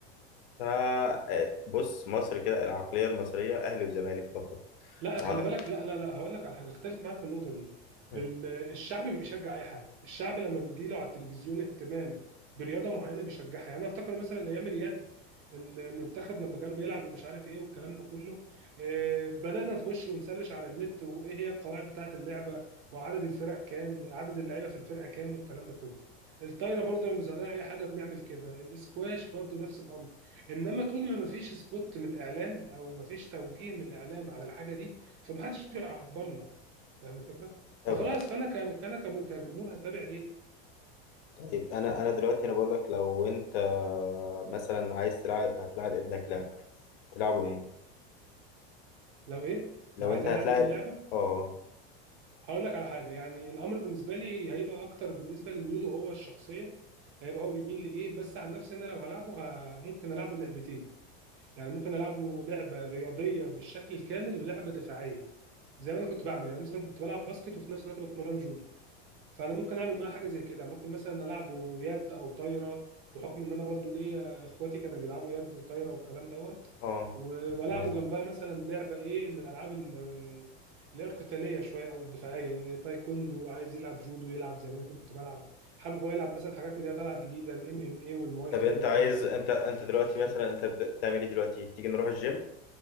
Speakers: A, on the left; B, on the right.
A: ف- آه، بص مصر كده العقلية المصرية أهلي وزمالك فقط
B: لا خلي
A: وه-
B: بالك لا لا لا هقول لك على حاجه اختلف معاك في النقطه دي
A: مم.
B: ال- الشعب بيشجع اي حاجه الشعب لما بتجي له على التلفزيون اهتمام برياضه معينه بيشجعها يعني انا افتكر مثلا ايام اليد المنتخب لما كان بيلعب ومش عارف ايه والكلام ده كله آه، بدانا نخش ونسرش على النت وايه هي القواعد بتاعه اللعبه وعدد الفرق كام عدد اللعيبه في الفرقه كام والكلام ده كله الطايره برضه لما بيزرعوا اي حاجه بنعمل كده الاسكواش برضه نفس الامر انما طول ما مفيش سبوت من الاعلام او مفيش توجيه من الاعلام على الحاجه دي فمحدش بيعبرنا فاهم الفكره
A: طب
B: فخلاص فانا ك- انا كم- كجمهور هتابع ليه
A: طيب أنا أنا دلوقتي أنا بقول لك لو أنت مثلا عايز تلعب هتلعب ابنك لعبة تلعبه إيه؟
B: لو ايه
A: لو
B: لو عايز
A: أنت
B: العب
A: هتلعب
B: ابني لعبه
A: آه
B: هقول لك على حاجه يعني الامر بالنسبه لي هيبقى اكتر بالنسبه لميوله هو الشخصيه هيبقى هو بيميل لايه بس عن نفسي انا لو هلعبه ه- ممكن العبه لعبتين يعني ممكن العبه لعبه رياضيه بالشكل الكامل ولعبه دفاعيه زي ما انا كنت بعمل يعني مثلا كنت بلعب باسكت وفي نفس الوقت بتمرن جودو. فانا ممكن اعمل معاه حاجه زي كده ممكن مثلا العبه يد او طايره بحكم ان انا برضو ليا اخواتي كانوا بيلعبوا يد وطايره والكلام دوت
A: آه
B: و- والعبوا
A: تمام.
B: جنبها مثلا لعبه ايه من الالعاب ال- اللي هي القتاليه شويه او الدفاعيه إيه، تايكوندو عايز يلعب جودو يلعب زي ما انا كنت بلعب حابب هو يلعب مثلا حاجات من اللي هي طالعه الجديده الام ام اي والمواي
A: طب
B: تاي
A: أنت
B: والحاجات
A: عايز
B: دي
A: أنت أنت دلوقتي
B: مش مشكله
A: مثلا أنت بت- بتعمل إيه دلوقتي؟ تيجي نروح الجيم؟